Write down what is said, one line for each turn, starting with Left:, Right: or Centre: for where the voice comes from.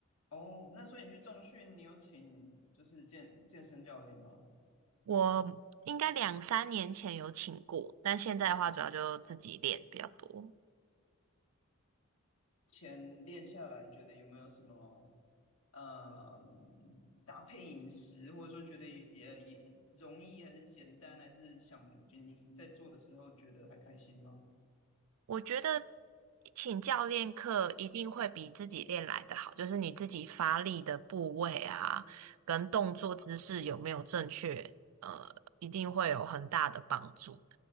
Left: 哦，那所以你去重训，你有请就是健健身教练吗？
Right: 我应该两三年前有请过，但现在的话主要就自己练比较多。
Left: 前练下来，觉得有没有什么嗯搭配饮食，或者说觉得也也也容易还是简单，还是想就你在做的时候觉得还开心吗？
Right: 我觉得请教练课一定会比自己练来的好，就是你自己发力的部位啊，跟动作姿势有没有正确，呃，一定会有很大的帮助。